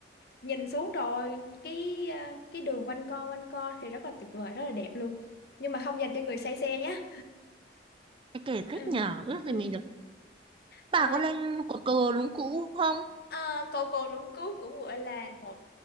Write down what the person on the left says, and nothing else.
nhìn xuống rồi cái à, cái đường quanh co quanh co thì rất là tuyệt vời, rất là đẹp luôn. Nhưng mà không dành cho người say xe nhé.
Ừ.
Ừ.
À,
À, cầu Cồn Lũng Cú cũng gọi là một